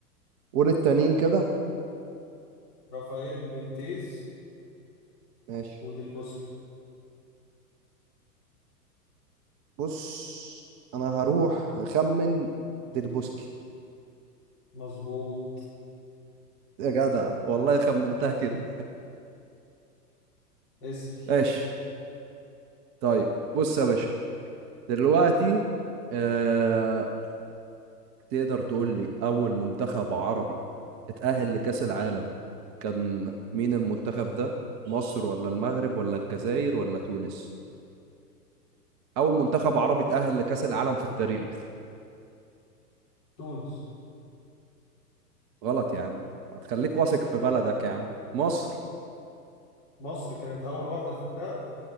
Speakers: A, on the right; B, on the left.
A: ولا التانيين كده
B: رافائيل بنتيز
A: ماشي
B: وديل بوسكي
A: بص انا هروح اخمن ديلبوسكي
B: مظبوط
A: يا جدع والله خمنتها كده
B: اسأل
A: ماشي طيب بص يا باشا دلوقتي آه، تقدر تقول لي أول منتخب عربي اتأهل لكأس العالم كان مين المنتخب ده؟ مصر ولا المغرب ولا الجزائر ولا تونس؟ أول منتخب عربي اتأهل لكأس العالم في التاريخ
B: تونس
A: غلط يا عم هتخليك واثق في بلدك يا عم مصر
B: مصر كانت أول واحدة في بجد